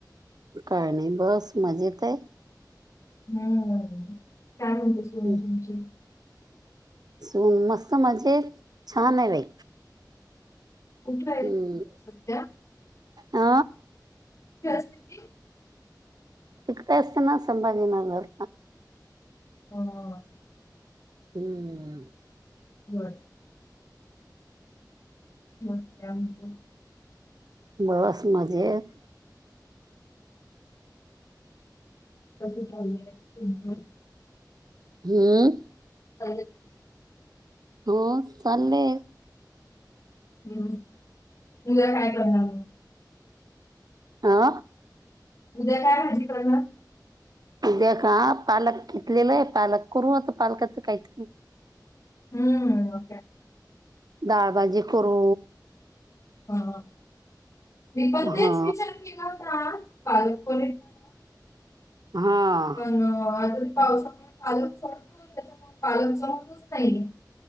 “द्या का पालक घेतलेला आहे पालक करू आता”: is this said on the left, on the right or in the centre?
Right